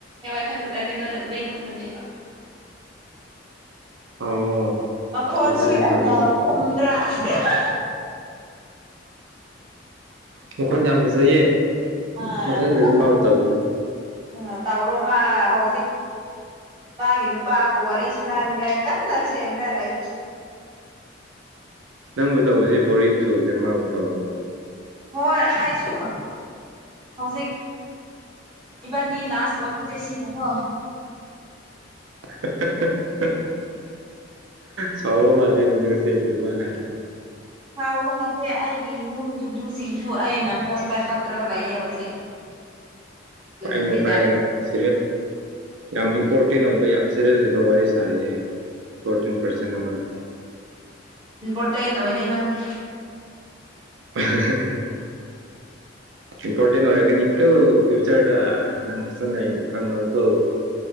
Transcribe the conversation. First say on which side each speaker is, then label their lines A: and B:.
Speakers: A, on the right; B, on the right.
A: ꯋꯥꯏ ꯐꯥꯏ ꯃꯨꯠꯂꯗꯤ ꯅꯪ ꯃꯩ ꯃꯨꯠꯄꯅꯦꯕ
B: ꯑꯣ
A: ꯃꯈꯣꯟꯁꯨ
B: ꯊꯥꯖꯔꯦ
A: ꯌꯥꯝꯅ
B: ꯊꯥꯖꯔꯦ
A: ꯊꯨꯝꯗ꯭ꯔꯥ ꯑꯍꯥꯍꯥ
B: ꯃꯈꯣꯟ ꯌꯥꯝ ꯐꯖꯩꯌꯦ
A: ꯑꯥ
B: ꯃꯊꯪꯗꯗꯤ
A: ꯌꯥꯝ
B: ꯃꯥꯕꯨ ꯇꯧꯒꯅꯤ
A: ꯑꯥ ꯇꯧꯔꯣ ꯃꯥ ꯍꯧꯖꯤꯛ ꯃꯥꯒꯤ ꯅꯨꯨꯄꯥꯥꯕꯨ ꯋꯥꯔꯤ ꯁꯥꯟꯅꯥꯅꯤꯉꯥꯏ ꯀꯟꯅ ꯁꯦꯝꯔ ꯂꯩ
B: ꯅꯪꯕꯨ ꯇꯧꯕꯁꯤ ꯕꯣꯔꯤꯡ ꯆꯨꯕꯅꯦ ꯃꯥꯕꯨ ꯇꯧꯔꯅꯤ
A: ꯍꯣꯏ ꯑꯩꯁꯨ ꯍꯧꯖꯤꯛ ꯏꯕꯥꯅꯤ ꯂꯥꯁ <unintelligible>
B: <unintelligible> ꯁꯥꯎꯕ ꯃꯥꯜꯂꯦꯅꯦ ꯅꯪꯁꯦ ꯑꯗꯨꯃꯥꯢꯅ ꯍꯥꯢꯔꯗꯤ꯫
A: ꯁꯥꯎꯕ ꯅꯠꯇꯦ ꯑꯩꯒꯤ ꯌꯨꯝꯒꯤ ꯃꯤꯁꯤꯡꯁꯨ ꯑꯩꯅ ꯐꯣꯟ ꯄꯥꯏꯈꯠꯇ꯭ꯔꯒ ꯂꯩꯌꯦ ꯍꯧꯖꯤꯛ꯫ ꯑꯗꯨꯅꯅꯦꯗ
B: ꯄꯥꯏꯅꯨ ꯄꯥꯏꯔꯅꯨ ꯁꯤꯔꯦꯁ ꯌꯥꯝ ꯏꯝꯄꯣꯔꯇꯦꯟ ꯑꯣꯏꯕ ꯌꯥꯝ ꯁꯦꯔꯤꯌꯁ ꯑꯣꯏꯕ ꯋꯥꯔꯤ ꯁꯥꯔꯤꯌꯦ ꯍꯥꯢꯌꯣ ꯏꯝꯄꯣꯔꯇꯦꯟ ꯄꯥ꯭ꯔꯁꯟ ꯑꯃꯒ꯫
A: ꯏꯝꯄꯣꯔꯇꯦꯟ ꯑꯣꯏꯗꯦ ꯅꯪꯗꯤ꯫
B: <unintelligible> ꯏꯝꯄꯣꯔꯇꯦꯟ ꯑꯣꯏꯔꯛꯀꯅꯤ ꯀꯣ ꯐ꯭ꯌꯨꯆꯔꯗ ꯅꯪ ꯐꯖꯅ ꯑꯩꯕꯨ ꯈꯪꯍꯧꯀꯣ꯫